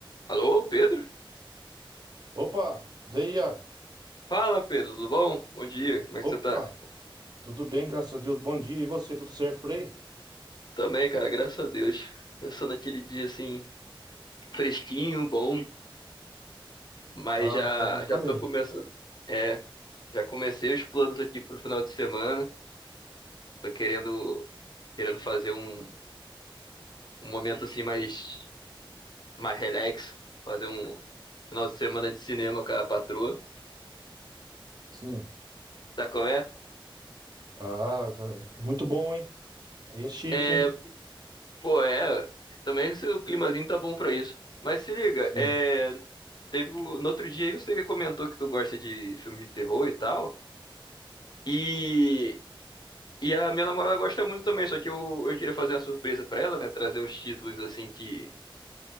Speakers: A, on the left; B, on the right.
A: Alô, Pedro?
B: Opa, daí, Iago?
A: Fala, Pedro, tudo bom? Bom dia, como é
B: Opa,
A: que você tá?
B: tudo bem, graças a Deus. Bom dia. E você, tudo certo por aí?
A: Também, cara, graças a Deus. Começando aquele dia assim, fresquinho, bom, mas
B: Ah,
A: já
B: tá, hoje tá
A: já
B: mesmo.
A: tô começando. É, já comecei os planos aqui pro final de semana. Tô querendo querendo fazer um, um momento assim mais mais relax, fazer um final de semana de cinema com a patroa.
B: Sim.
A: Tá como é?
B: Ah, tá. Muito bom, hein? Aí é chique,
A: É,
B: hein?
A: pô, é, também se o climazinho tá bom pra isso. Mas se liga,
B: Sim.
A: é Teve o- no outro dia aí você comentou que tu gosta de filme de terror e tal. E, e a minha namorada gosta muito também, só que eu, eu queria fazer uma surpresa pra ela, né? Trazer os títulos assim que,